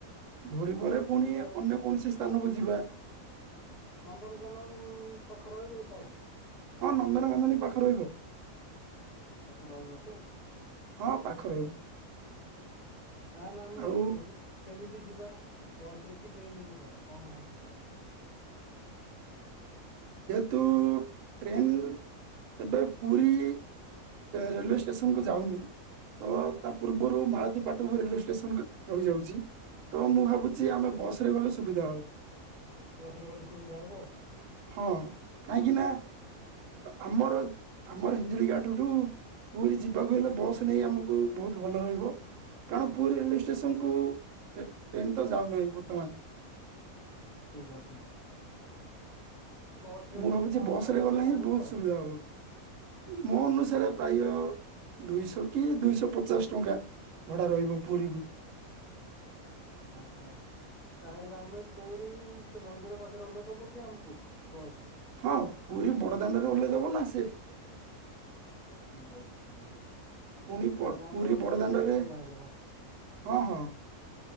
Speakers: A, on the right; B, on the left.
A: ଧଉଳି ଘରେ ପୁଣି
B: ତା
A: ଅନ୍ୟ କୌଣସି ସ୍ଥାନକୁ ଯିବା।
B: ନନ୍ଦନକାନନ ପାଖ ରହିବ ତ?
A: ନନ୍ଦନକାନନ ବି ପାଖ ହଁ ରହିବ।
B: ପାଖ ରହିବ ତ ଠିକ
A: ହଁ ପାଖ
B: ଅଛି ଠିକ
A: ରହିବ
B: ଅଛି। ତାହେଲେ ଆମେ
A: ଆଉ
B: ଏଇଠୁ କେମିତି ଯିବା? ବସ ରେ କି ଟ୍ରେନ ରେ ଯିବା କଣ ଭାବୁଛ।
A: କିନ୍ତୁ ଟ୍ରେନ ଏବେ ପୁରୀ ରେଲୱେ ଷ୍ଟେସନକୁ ଯାଉନି ତ ତା ପୂର୍ବରୁ ମାଳତୀପଟକୁ ରେଲୱେ ଷ୍ଟେସନ ରହିଯାଉଛି। ତ ମୁଁ ଭାବୁଛି
B: ଆଛା
A: ଆମେ ବସ ଲେ ଗଲେ ସୁବିଧା ହେବ।
B: ବସରେ ଗଲେ ସୁବିଧା ହବ।
A: ହଁ କାହିଁକି ନା ଆମର ଆମର ହିଞ୍ଜଳି ଗାଠଠୁ ପୁରୀ ଯିବାକୁ ହେଲେ ବସ୍ ନେଇ ଆମକୁ ବହୁତ ଭଲ ରହିବ କାରଣ ପୁରୀ ରେଲେ ଷ୍ଟେସନ ଗୋ ଏ ଟ୍ରେନ ତ ଯାଉନାହିଁ ବର୍ତ୍ତମାନ।
B: ଠିକ୍ ଅଛି। ବସ ରେ
A: ମୁଁ
B: କେତେ
A: ଭାବୁଛି
B: କଣ
A: ବସ୍
B: ଭଡା
A: ରେ
B: ରହିବ
A: ଗଲେ ହିଁ
B: ଜାଣିଛ?
A: ବହୁତ ସୁବିଧା ହେବ ମୋ ଅନୁସାରେ ପ୍ରାୟ ଦୁଇଶହ କି ଦୁଇଶହ ପଚାଶ ଟଙ୍କା ଭଡା ରହିବ ପୁରୀକୁ।
B: ଆଚ୍ଛା ଆଚ୍ଛା ତାହେଲେ ଆମେ ପୁରୀ ସେ ମନ୍ଦିର ପାଖରେ ଓହ୍ଲେଇ ଦେବକି ଆମକୁ। ବସ୍
A: ହଁ ପୁରୀ ବଡ ଦାଣ୍ଡରେ ଓହ୍ଲେଇଦବ ନା ସେ?
B: ଠିକ୍ ଅଛିଠିକ୍ ଅଛି।
A: ପୁଣି
B: ତାହେଲେ ଆମେ
A: ପୁରୀ
B: ବସ
A: ବଡ଼ଦାଣ୍ଡରେ
B: ରେ ଗଲେ ହିଁ ସୁବିଧା ହବ
A: ହଁ ହଁ?